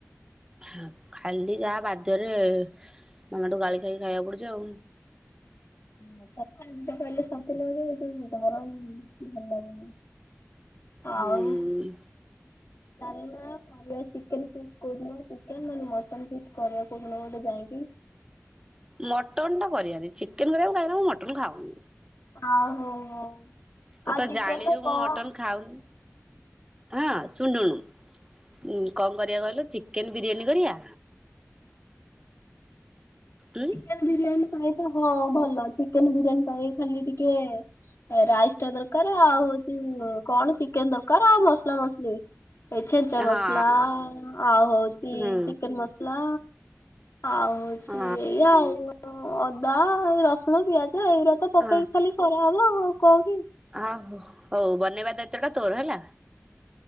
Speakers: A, on the right; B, on the left.
A: ହଁ। ଖାଲି ଯାହା ବାଧ୍ୟରେ ମାମାଠୁ ଗାଳି ଖାଇକି ଖାଇବାକୁ ପଡ଼ୁଛି ଆଉ।
B: ହୁଁ, ପଖାଳ ଦିଟା ଖାଇଲେ ଶାନ୍ତି ଲାଗେ ଏଇ ଯୋଉ ଗରମ୍ ଭଲ ଲାଗୁନି। ଆଉ
A: ହୁଁ।
B: ଚାଲୁ ନ କ କରିବା ଚିକେନ୍ ଫିଷ୍ଟ୍ କୋଉଦିନ ଚିକେନ୍ ନହେଲେ ମଟନ ଫିଷ୍ଟ୍ କରିବା କୋଉଦିନ ଗୋଟେ ଯାଇକି?
A: ମଟନ୍ ଟା କରିଆନି, ଚିକେନ୍ କରିଆ କାଇଁକିନା ମୁଁ ମଟନ୍ ଖାଉନି।
B: ଆଉ ହଉ ହଉ
A: ତୁ
B: ଆଉ
A: ତ
B: ଚିକେନ
A: ଜାଣିଛୁ
B: ରେ
A: ମୁଁ
B: କଣ
A: ମଟନ୍ ଖାଉନି। ହଁ ଶୁଣୁ ଶୁଣୁ କଣ କରିବା କହିଲୁ ଚିକେନ ବିରିୟାନୀ କରିବା। ଉଁ।
B: ଚିକେନ ବିରିୟାନୀ ପାଇଁ ତ ହଁ ଭଲ ଚିକେନ ବିରିୟାନୀ ପାଇଁ ଖାଲି ଟିକେ ଏ ରାଇସ ଟା ଦରକାର ଆଉ ହଉଛି କଣ ଚିକେନ ଦରକାର ଆଉ ମସଲା ମସଲି। ଏ ଛେଞ୍ଚା ମସଲା
A: ହଁ
B: ଆଉ ହଉଛି
A: ହୁଁ
B: ଚିକେନ ମସଲା ଆଉ
A: ହଁ
B: ଇ ଏଇଆ ଆଉ ଅଦା ରସୁଣ ପିଆଜ ଏଇଗୁରା ତ ପକେଇକି
A: ହଁ
B: ଖାଲି କରାହବ ମୁଁ କହୁଚି।
A: ଆ, ହୋ ହଉ ବନେଇବା ଦାୟିତ୍ଵ ଟା ତୋର ହେଲା।